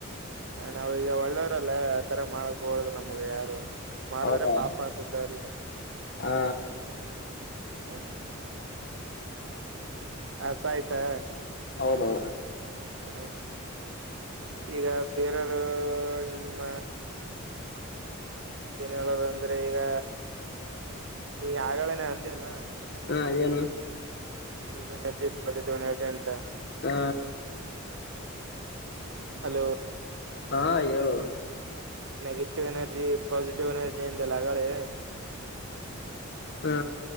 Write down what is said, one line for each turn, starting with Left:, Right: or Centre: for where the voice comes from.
Right: ಹ ನಾವೀಗ ಒಳ್ಳೋರಲ್ಲ ಆತರ ಮಾಡಕ್ ಹೋಗಬಾರದು ನಮ್ಗೆ ಯಾರು. ಮಾಡಿದ್ರೆ
Left: ಹೌದಾ
Right: ಪಾಪ ಅತುತ್ತೆಅವ್ರಿಗೆ.
Left: ಹಾ
Right: ಹ್ಮ್, ಅರ್ಥ ಆಯ್ತಾ
Left: ಹೌದೌದು
Right: ಹಾ ಈಗ ಬೇರೆಯವರು ನಿಮ್ಮ ಏನ್ ಹೇಳೋದಂದ್ರೆ ಈಗ ನೀ ಆಗಳೇನೆೇ ಅಂದಿ ಅಲ್ಲ ಮೆನ್ಷನ್
Left: ಹಾ
Right: ಮಾಡಿದೆಲ್ಲ
Left: ಏನು
Right: ಗ್ರೋ ಎನರ್ಜಿ ಪಾಸಿಟಿವ್ ಎನರ್ಜಿ ಅಂತ
Left: ಹ
Right: ಹಲೋ
Left: ಹಾ ಹೇಳು
Right: ನೆಗೆಟಿವ್ ಎನರ್ಜಿ ಪಾಸಿಟಿವ್ ಎನರ್ಜಿಯಿಂದಲ್ಲ ಆಗಳೆ
Left: ಹಾ